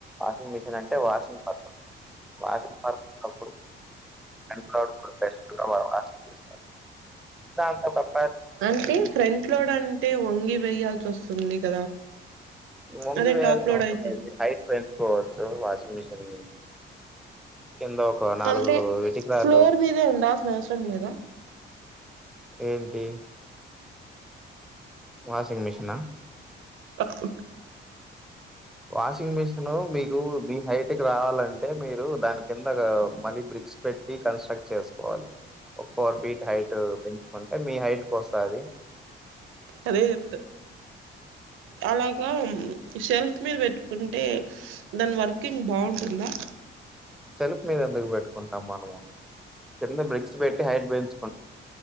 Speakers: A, in the centre; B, on the right (about 85°).
A: వాషింగ్ మిషన్ అంటే వాషింగ్ పర్పస్ వాషింగ్ పర్పస్ కూడా బెస్ట్గాస్తారు దాంతో పాటు
B: అంటే ఫ్రంట్ లోడ్ అంటే వంగి వేయాల్సి వస్తుంది కదా
A: వంగి
B: అదే
A: వేయాల్సిన
B: టాప్ లోడ్
A: అవసరం
B: అయితే
A: లేదండి హైట్ పెంచుకోవచ్చు వాషింగ్ మిషిన్ కింద ఒక నాలుగు
B: అంటే
A: ఇటికరాళ్ళు
B: ఫ్లోర్ మీదే ఉండాల్సిన అవసరం లేదా
A: ఏంటి వాషింగ్ మిషనా
B: కు <inaudible>
A: వాషింగ్ మిషిన్ మీకు మీ హైట్ కి రావాలంటే మీరు దాని కింద మళ్ళీ బ్రిక్స్ పెట్ రీకన్స్ట్రక్ట్ చేసుకోవాలి ఒక ఫోర్ ఫీట్ హైట్ పెంచుకొని అండ్ మీ హైట్ కి వస్తాది
B: అదే చెప్తా అలాగా షెల్ఫ్ షెల్ఫ్ మీద పెట్టుకుంటే దాని వర్కింగ్ బాగుంటుందా
A: సెల్ఫ్ మీద ఎందుకు పెట్టుకుంటాం మనము కింద బ్రిక్స్ పెట్టి హైట్ పెంచు